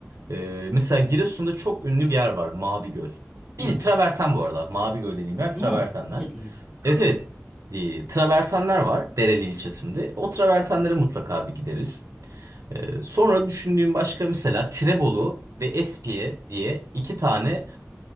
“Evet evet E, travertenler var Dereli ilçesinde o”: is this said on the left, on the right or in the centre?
Right